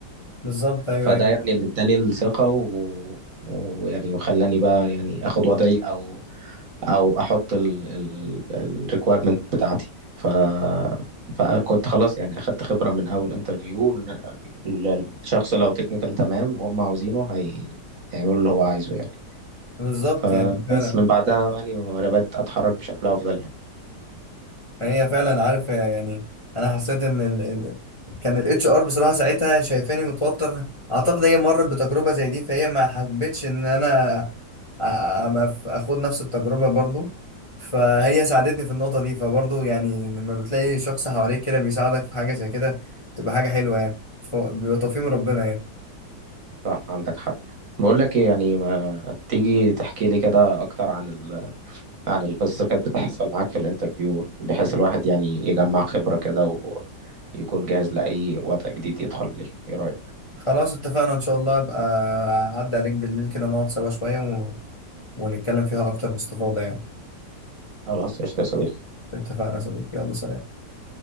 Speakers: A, on the left; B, on the right.
A: بالظبط ايوه
B: فده
A: ايوه
B: يعني اللي اداني الثقة و... ويعني وخلاني بقى يعني اخد وضعي او او احط ال ال الريكويرمنت بتاعتي ف فكنت خلاص يعني اخدت خبرة من اول انترفيو ان ال- الشخص لو تكنيكال تمام وهم عاوزينه هي... هيعملوا اللي هو عايزه يعني
A: بالظبط
B: فبس
A: يعني فعلا
B: من بعدها يعني وانا بدأت اتحرك بشكل افضل يعني
A: هي فعلا عارف يعني انا حسيت ان ال... ال- كان الاتش ار بصراحه ساعتها شايفاني متوتر اعتقد هي مرت بتجربه زي دي فهي ما حبتش ان انا أ- أبقى في- اخد نفس التجربه برضو فهي ساعدتني في النقطه دي فبرضو يعني لما بتلاقي شخص حواليك كده بيساعدك في حاجه زي كده تبقى حاجه حلوه يعني ف- بيبقى توفيق من ربنا يعني
B: صح عندك حق بقول لك ايه يعني ما تيجي تحكي لي كده اكتر عن عن القصص اللي كانت بتحصل معاك في الانترفيو بحيث الواحد يعني يجمع خبرة كده ويكون جاهز لأي وضع جديد يدخل عليه ايه رأيك؟
A: خلاص اتفقنا ان شاء الله ابقى اعدي عليك بالليل كده نقعد سوا شويه و... ونتكلم فيها اكتر باستفاضه يعني
B: خلاص قشطة يا صديقي
A: اتفقنا يا صديقي يلا سلام